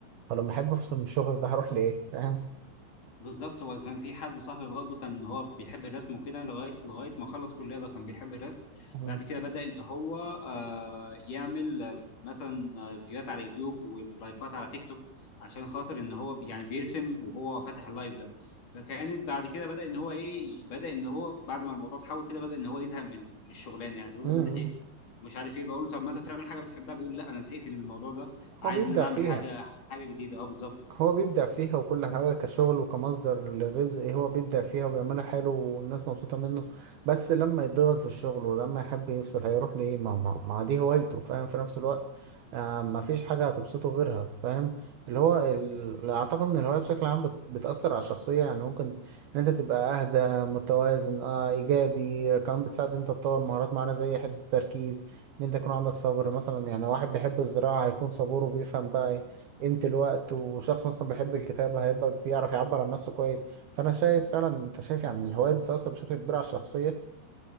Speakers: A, on the right; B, on the left.
A: فلما احب افصل من الشغل ده هروح لايه فاهم
B: بالظبط هو كان في حد صاحبي برضه كان هو بيحب الرسم وكده لغايه لغايه ما خلص كليه بقى كان بيحب الرسم
A: مم.
B: بعد كده بدأ ان هو آه يعمل آه، مثلا آه، فيديوهات على يوتيوب ولايفات على تيك توك عشان خاطر ان هو بي- يعني بيرسم وهو فاتح اللايف ده فكانت بعد كده بدأ ان هو ايه بدأ ان هو بعد ما الموضوع اتحول كده بدأ ان هو يزهق من من الشغلانه يعني بيقول
A: مم.
B: انا زهقت مش عارف ايه بقول له طب ما انت تعمل حاجه بتحبها بيقول لا انا زهقت من الموضوع ده عايز
A: هو بيبدع
B: ان انا اعمل
A: فيها
B: حاجه حاجه جديده اه بالظبط
A: هو بيبدع فيها وكل حاجة كشغل وكمصدر للرزق إيه هو بيبدع فيها وبيعملها حلو والناس مبسوطة منه بس لما يتضغط في الشغل ولما يحب يفصل هيروح لإيه ما ما ما دي هوايته فاهم في نفس الوقت آه ما فيش حاجة هتبسطه غيرها فاهم اللي هو ال... أعتقد إن الهواية بشكل عام بت... بتأثر على الشخصية يعني ممكن إن أنت تبقى أهدى متوازن آه إيجابي كمان بتساعد إن أنت تطور مهارات معينة زي حتة التركيز إن أنت يكون عندك صبر مثلا يعني واحد بيحب الزراعة هيكون صبور وبيفهم بقى إيه قيمة الوقت وشخص مثلا بيحب الكتابة هيبقى بيعرف يعبر عن نفسه كويس فأنا شايف فعلا أنت شايف يعني الهوايات بتأثر بشكل كبير على الشخصية